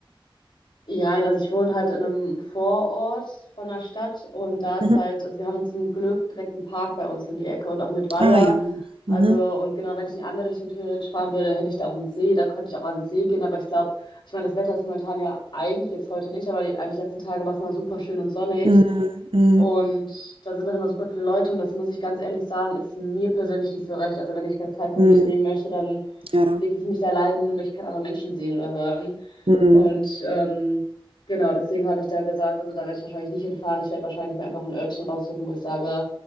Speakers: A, on the left; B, on the right.
A: Jein, also ich wohne halt in einem Vorort von der Stadt und da ist
B: Mhm.
A: halt, also wir haben zum Glück direkt einen Park bei uns in die Ecke und auch mit Weiher.
B: Ah ja. Mhm.
A: Also, und genau, wenn ich in die andere Richtung theoretisch fahren würde, hätte ich da auch einen See, da könnte ich auch an den See gehen, aber ich glaube, ich meine, das Wetter ist momentan ja eigentlich jetzt heute nicht, aber die, eigentlich die letzten Tage war es immer super schön und sonnig
B: Mhm. Mhm.
A: und da sind dann immer super viele Leute und das muss ich ganz ehrlich sagen, ist mir persönlich nicht so recht. Also, wenn ich mir Zeit für
B: Mhm.
A: mich nehmen möchte, dann
B: Ja.
A: lege ich mich da alleine hin und möchte keine anderen Menschen sehen oder hören.
B: Mhm.
A: Und ähm, genau, deswegen habe ich da gesagt, also da werde ich wahrscheinlich nicht hinfahren. Ich werde wahrscheinlich mir einfach ein Örtchen raussuchen, wo ich sage,